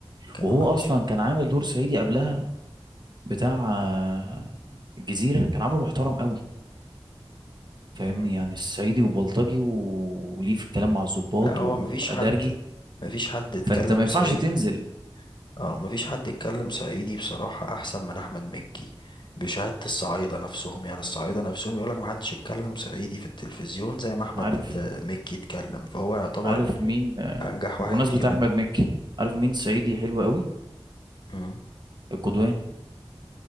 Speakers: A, on the left; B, on the right.
A: كان
B: وهو
A: وحش
B: اصلا كان عامل دور صعيدي قبلها بتاع آه، الجزيره كان عامله محترم قوي فاهمني
A: مم.
B: يعني الصعيدي وبلطجي و- وليه في الكلام مع الضباط
A: لا هو
B: وادرجي
A: مفيش حد مفيش حد اتكلم
B: فانت ما ينفعش
A: صعيدي
B: تنزل
A: اه مفيش حد يتكلم صعيدي بصراحة احسن من احمد مكي بشهادة الصعايدة نفسهم يعني الصعايدة نفسهم يقولك محدش يتكلم صعيدي في التلفزيون زي ما احمد
B: عارف
A: ات- مكي يتكلم فهو يعتبر
B: عارف مين آه،
A: انجح
B: بمناسبة
A: واحد فيهم
B: أحمد مكي عارف مين صعيدي حلو قوي
A: مم.
B: القدواني